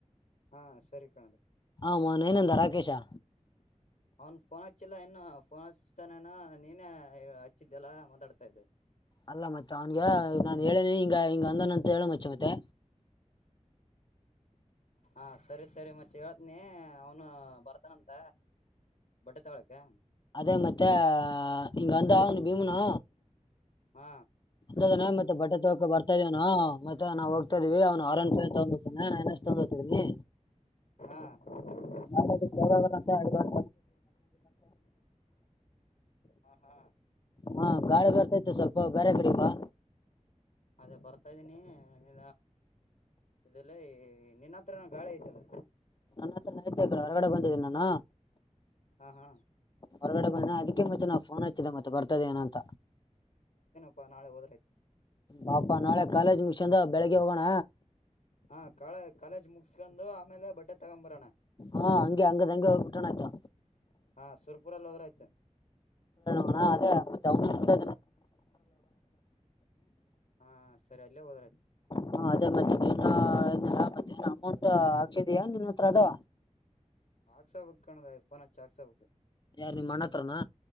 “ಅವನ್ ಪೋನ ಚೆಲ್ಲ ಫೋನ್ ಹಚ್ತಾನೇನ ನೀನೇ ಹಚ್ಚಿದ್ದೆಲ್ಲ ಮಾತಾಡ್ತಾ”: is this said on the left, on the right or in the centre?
Left